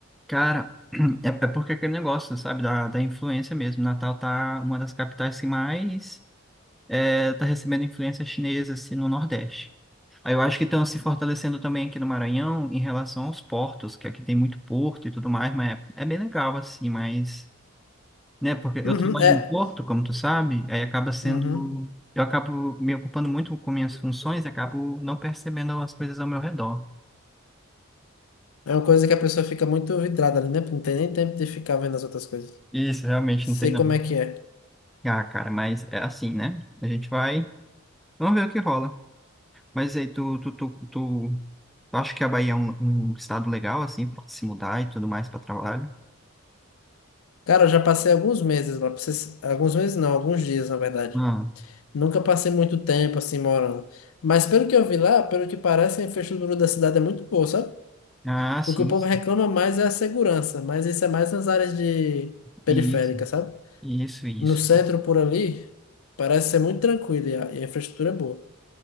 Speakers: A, in the centre; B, on the left.
A: Cara, <clears throat> é, é porque é aquele negócio, sabe, da, da influência mesmo. Natal tá uma das capitais que mais é, tá recebendo influência chinesa assim, no Nordeste. Aí eu acho que estão se fortalecendo também aqui no Maranhão em relação aos portos, que aqui tem muito porto e tudo mais, mas é, é bem legal assim, mas, né, porque
B: Uhum,
A: eu trabalho
B: é.
A: no porto, como tu sabe, aí acaba sendo,
B: Uhum.
A: eu acabo me ocupando muito com minhas funções e acabo não percebendo as coisas ao meu redor.
B: É uma coisa que a pessoa fica muito vidrada ali, né? Não tem nem tempo de ficar vendo as outras coisas.
A: Isso, realmente
B: Sei
A: não tem não.
B: como é que é.
A: Ah, cara, mas é assim, né? A gente vai Vamos ver o que rola. Mas aí, tu, tu, tu, tu, tu acha que a Bahia é um, um estado legal, assim, pra se mudar e tudo mais para trabalho?
B: Cara, eu já passei alguns meses lá. pra vocês- Alguns meses não, alguns dias, na verdade.
A: Ah,
B: Nunca passei muito tempo assim morando. Mas pelo que eu vi lá, pelo que parece, a infraestrutura da cidade é muito boa, sabe?
A: ah, sim,
B: O que o povo
A: sim.
B: reclama mais é a segurança, mas isso é mais nas áreas de periféricas,
A: Isso,
B: sabe?
A: isso, isso.
B: No centro por ali, parece ser muito tranquilo e a, e a infraestrutura é boa.